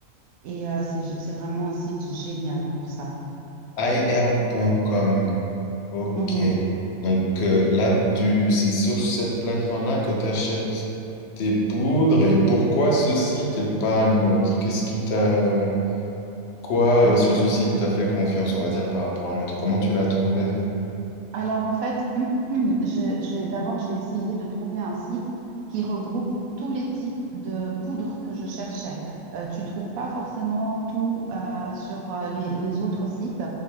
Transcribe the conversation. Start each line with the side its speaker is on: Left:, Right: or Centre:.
Right: Et euh, c'est, c'est vraiment un site génial pour ça.
Left: iHerb.com Ok.
Right: Mhm.
Left: Donc euh, là, tu, c'est sur cette plateforme-là que tu achètes tes poudres et pourquoi ce site et pas un autre? Qu'est-ce qui t'a... Quoi
Right: Euh,
Left: euh, sur ce site t'a fait confiance, on va dire, par rapport à un autre? Comment tu l'as trouvé?
Right: Alors en fait, <clears throat> je- je- d'abord j'ai essayé de trouver un site qui regroupe tous les types de poudres que je cherchais. Euh, tu trouves pas forcément tout euh, sur euh, les, les autres sites.